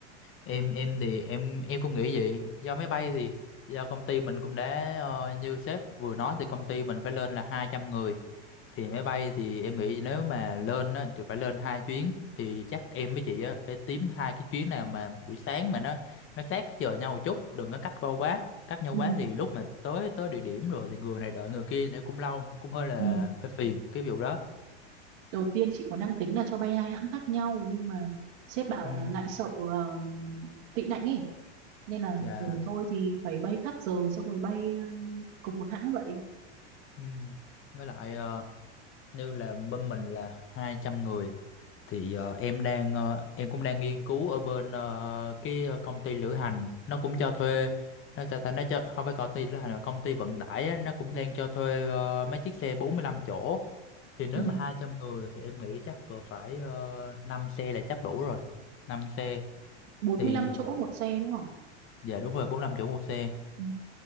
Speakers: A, on the left; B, on the right.
A: Em em thì em em cũng nghĩ vậy. Do máy bay thì do công ty mình cũng đã ờ, như sếp vừa nói thì công ty mình phải lên là 200 người. Thì máy bay thì em nghĩ nếu mà lên á, thì phải lên hai chuyến thì chắc em với chị á phải tím hai cái chuyến nào mà buổi sáng mà nó nó sát cái giờ nhau một chút, đừng có cách qua quá. Cách nhau
B: ừ.
A: quá thì lúc mà tới tới địa điểm rồi thì người này đợi người kia nữa cũng lâu, cũng hơi là
B: Ừ.
A: hơi phiền cái vụ đó.
B: Đầu tiên chị còn đang tính là cho bay hai hãng khác nhau nhưng mà sếp bảo
A: Ừ.
B: là lại sợ uh, tị nạnh ấy nên là
A: Dạ.
B: ừ, thôi thì phải bay khác giờ xong rồi bay ờ, cùng một hãng vậy.
A: Ừ. Với lại ờ, như là bên mình là hai trăm người thì ờ, em đang ờ, em cũng đang nghiên cứu ở bên ờ, cái công ty lữ hành nó cũng cho thuê nó ta, ta nó cho không phải công ty lữ hành mà công ty vận tải á, nó cũng đang cho thuê ờ, mấy chiếc xe bốn mươi lăm chỗ thì nếu
B: Ừ.
A: mà 200 người thì em nghĩ chắc cỡ phải uh, 5 xe là chắc đủ rồi năm xe
B: 45
A: thì
B: chỗ một xe đúng không?
A: dạ đúng rồi 45 chỗ một xe
B: Ừ.